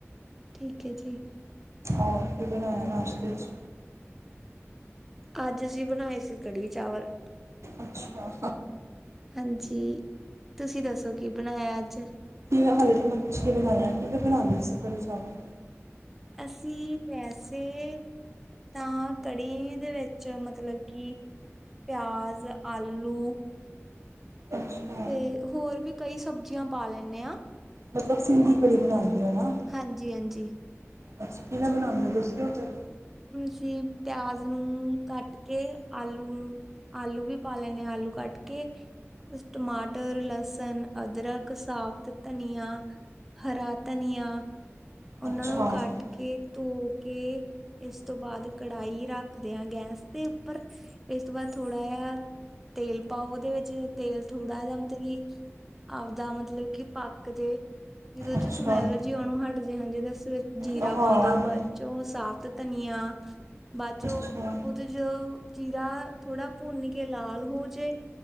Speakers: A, in the centre; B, on the right.
A: ਠੀਕ ਹੈ ਜੀ।
B: ਹੋਰ ਕੀ ਬਣਾਇਆ ਨਾਸ਼ਤੇ ਚ?
A: ਅੱਜ ਅਸੀਂ ਬਣਾਏ ਸੀ ਕੜੀ ਚਾਵਲ।
B: ਅੱਛਾ
A: ਹਾਂਜੀ, ਤੁਸੀਂ ਦੱਸੋ ਕੀ ਬਣਾਇਆ ਅੱਜ?
B: ਕਿਵੇੈਂ ਹਾਲੇ ਤਾਂ ਮੈਂ ਕੁਛ ਨੀ ਬਣਾਇਆ ਕਿਵੇਂ ਬਨਾਨੇ ਸੀ ਕੜੀ ਚਾਵਲ?
A: ਅਸੀਂ ਵੈਸੇ ਤਾਂ ਕੜੀ ਦੇ ਵਿੱਚ ਮਤਲਬ ਕਿ ਪਿਆਜ਼, ਆਲੂ
B: ਅੱਛਾ।
A: ਤੇ ਹੋਰ ਵੀ ਕਈ ਸਬਜ਼ੀਆਂ ਪਾ ਲੈਨੇ ਆ।
B: ਮਤਲਬ ਸਿੰਧੀ ਕੜੀ ਬਣਾਂਦੇ ਓ ਨਾ
A: ਹਾਂਜੀ, ਹਾਂਜੀ।
B: ਅੱਛਾ! ਕਿਵੇਂ ਬਣਾਉਂਦੇ ਓ ਦੱਸਿਓ ਫਿਰ?
A: ਸ਼ੀ ਪਿਆਜ ਨੂੰ ਕੱਟ ਕੇ ਆਲੂ ਨੂੰ ਆਲੂ ਵੀ ਪਾ ਲੈਨੇ ਆ ਆਲੂ ਕੱਟ ਕੇ ਬਸ ਟਮਾਟਰ, ਲਸਣ ਅਦਰਕ, ਸਾਫਤ ਧਨੀਆ, ਹਰਾ ਧਨੀਆ ਓਨਾਂ
B: ਅੱਛਾ
A: ਨੂੰ ਕੱਟ ਕੇ ਧੋ ਕੇ ਇਸ ਤੋਂ ਬਾਦ ਕੜਾਹੀ ਰੱਖਦੇ ਆ ਗੈਸ ਦੇ ਉੱਪਰ ਇਸ ਤੋਂ ਬਾਦ ਥੋੜਾ ਜਾ ਤੇਲ ਪਾਓ ਓਦੇ ਵਿੱਚ ਤੇਲ ਥੋੜਾ ਜਾ ਮਤਲ ਕਿ ਆਪਦਾ ਮਤਲਬ ਕਿ ਪੱਕ ਜੇ ਜਿਦੋਂ ੳਚੋਂ
B: ਅੱਛਾ
A: ਸਮੈਲ ਜੀ ਆਨੋ ਹਟ ਜੇ ਹਾਂਜੀ ਦਸੋ ਜੀਰਾ
B: ਹਾਂ
A: ਪਾ ਦੋ ਬਾਦ ਚੋ ਸਾਫ ਧਨੀਆਂ। ਬਾਦ ਚੋਂ
B: ਅੱਛਾ
A: ਓਦੇ ਚ ਜੀਰਾ ਥੋੜਾ ਭੁੰਨ ਕੇ ਲਾਲ ਹੋ ਜੇ